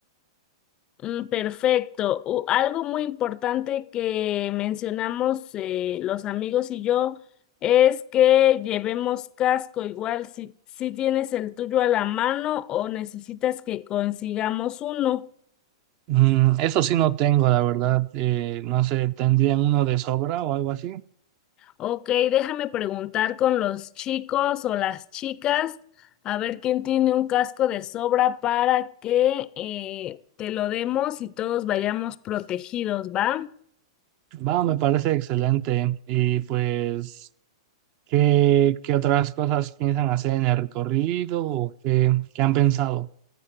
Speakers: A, on the left (about 30°); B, on the right (about 40°).
A: Mm, Perfecto. U- algo muy importante que mencionamos eh, los amigos y yo es que llevemos casco. Igual si, si tienes el tuyo a la mano o necesitas que consigamos uno.
B: Mm, eso sí no tengo, la verdad. Eh, no sé, ¿tendrían uno de sobra o algo así?
A: Ok, déjame preguntar con los chicos o las chicas a ver quién tiene un casco de sobra para que eh, te lo demos y todos vayamos protegidos, ¿va?
B: Va, me parece excelente. Y pues, ¿qué, qué otras cosas piensan hacer en el recorrido o qué, qué han pensado?